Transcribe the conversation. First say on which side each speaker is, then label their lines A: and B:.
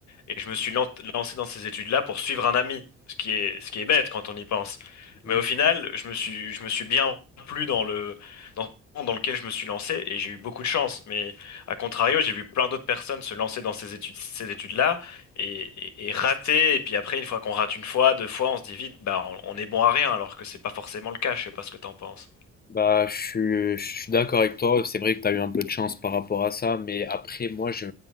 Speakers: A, on the left (about 65°); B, on the left (about 30°).
A: Et je me suis lan- lancé dans ces études-là pour suivre un ami, ce qui est, ce qui est bête quand on y pense.
B: Mhm.
A: Mais au final, je me suis, je me suis bien plu dans le, dans, dans lequel je me suis lancé et j'ai eu beaucoup de chance. Mais à contrario, j'ai vu plein d'autres personnes se lancer dans ces études, ces études-là et, et, et rater. Et puis après, une fois qu'on rate une fois, deux fois, on se dit vite, bah, on, on est bon à rien, alors que c'est pas forcément le cas. Je sais pas ce que t'en penses.
B: Bah, je suis, je suis d'accord avec toi. C'est vrai que tu as eu un peu de chance par rapport à ça, mais après, moi, je,